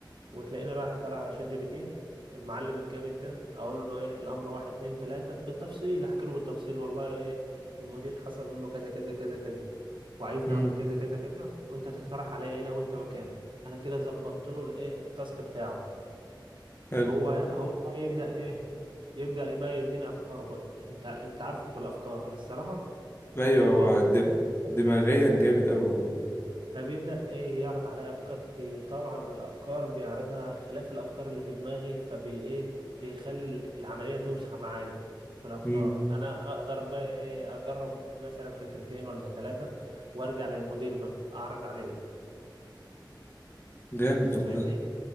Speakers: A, on the right; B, on the left.
A: وتلاقيني رايح طالع على شات جي بي تي المعلم الجامد ده اقول له ايه الامر واحد اتنين تلاته بالتفصيل احكي له بالتفصيل والله ايه المدير حصل منه كذا كذا كذا كذا وعايزني
B: مم،
A: اعمل كذا كذا كذا وانت تقترح عليا ايه لو انت مكاني انا كده ظبطت له الايه التاسك بتاعه
B: حلو
A: هو هو بقى يبدا ايه يبدا بقى يديني افكاره بقى انت انت عارفه في الافكار الصراحه
B: ايوه
A: خرافي
B: هو د- دماغيا جامد قوي والله
A: فبيبدأ إيه يعرض عليا أفكار كتير طبعا الأفكار بيعرضها خلاف الأفكار اللي في دماغي فبي إيه بيخلي ال- العملية توسع معايا في الأفكار
B: مم،
A: أنا أقدر بقى إيه أجرب مثلا فكرتين ولا ثلاثة وأرجع للمدير بقى أعرض عليه
B: جامد
A: أنت
B: والله
A: فاهمني؟